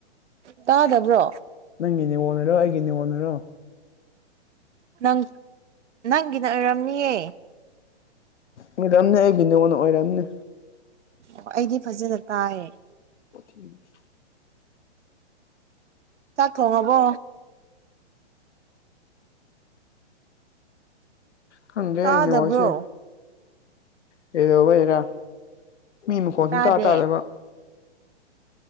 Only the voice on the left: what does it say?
ꯅꯪꯒꯤ ꯅꯤꯉꯣꯜ ꯑꯣꯏꯔꯣ ꯑꯩꯒꯤ ꯅꯤꯉꯣꯜ ꯑꯣꯏꯔꯣ
ꯑꯣꯏꯔꯝꯅꯦ ꯑꯩꯒꯤ ꯅꯉꯣꯟꯅ ꯑꯣꯏꯔꯝꯅꯦ
<inaudible>
ꯈꯪꯒꯦꯅꯦ
ꯋꯥꯁꯦ ꯀꯩꯗꯧꯕꯩꯔꯥ ꯃꯤ ꯃꯈꯣꯟ ꯁꯨꯝ
ꯇꯥ ꯇꯥꯗꯕ